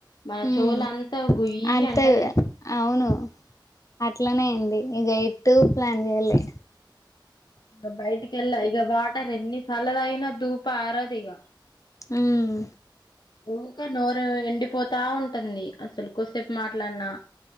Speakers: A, on the left (about 60°); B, on the left (about 40°).
A: మన
B: ఉమ్
A: చేవులంతా గుయ్యి
B: అంతే
A: అంటది
B: అవును అట్లనే అండి ఇక ఎట్టు ప్లాన్ చేయాలే
A: ఇక బయటికెలా ఇక వాటర్ ఎన్ని సార్లు తాగిన ధూప ఆరదు ఇగ
B: హమ్
A: ఊకా నోరు ఎండిపోతా ఉంటుంది అసలు కోసేపు మాట్లాడినా